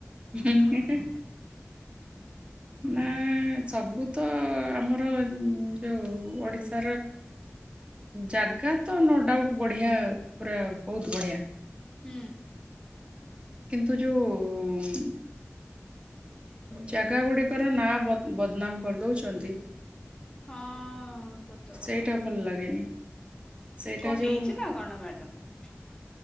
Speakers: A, on the right; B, on the left.
A: ହୁଁ ହୁଁ ମୁଁ ସବୁ ତ ଆମର ଯୋଉ ଓଡିଶାର ଜାଗା ତ ନୋ ଡାଉଟ ବଢିଆ ପୁରା ବହୁତ ବଢିଆ।
B: ହୁଁ।
A: କିନ୍ତୁ ଯୋଉ ଉଁ ଜାଗା ଗୁଡିକର ନାଁ ବଦ ବଦନାମ କରିଦଉଛନ୍ତି।
B: ହଁ ସତ
A: ସେଇଟା
B: କଥା।
A: ଭଲ ଲାଗେନି ସେଇଟା
B: କଣ ହେଇଛି
A: ଯୋଉ
B: ନା କଣ ମ୍ୟାଡାମ।